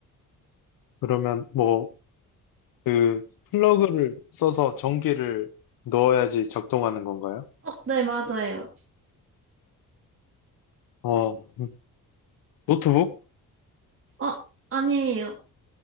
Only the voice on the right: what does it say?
어, 네, 맞아요.
어, 아니에요.